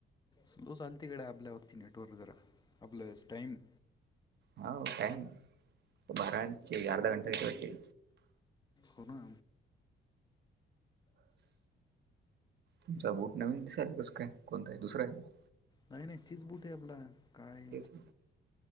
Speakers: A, on the left (about 20°); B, on the right (about 60°).
A: स्लो चालते गड्या आपल्यावरती नेटवर्क जरा. आपलं टाईमस.
B: हा टाईम बारा अर्धा घंटा वाटते.
A: होना.
B: तुमचा बूट नवीन दिसायला कसं काय. कोणताय दुसरा आहे का?
A: नाही नाही तीच बूटे आपला. काळे.
B: तेच